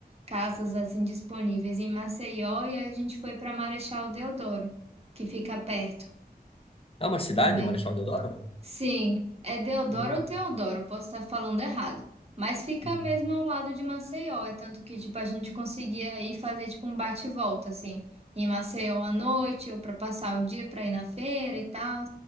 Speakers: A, on the right; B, on the left.
A: casas assim disponíveis em Maceió. E aí a gente foi para Marechal Deodoro, que fica perto
B: É uma cidade,
A: também.
B: Marechal Deodoro?
A: Sim, é Deodoro
B: Hum,
A: ou Teodoro, posso estar falando errado. Mas fica
B: hum.
A: mesmo ao lado de Maceió, é tanto que tipo a gente conseguia aí fazer tipo um bate e volta assim, em Maceió à noite ou para passar o dia para ir na feira e tal.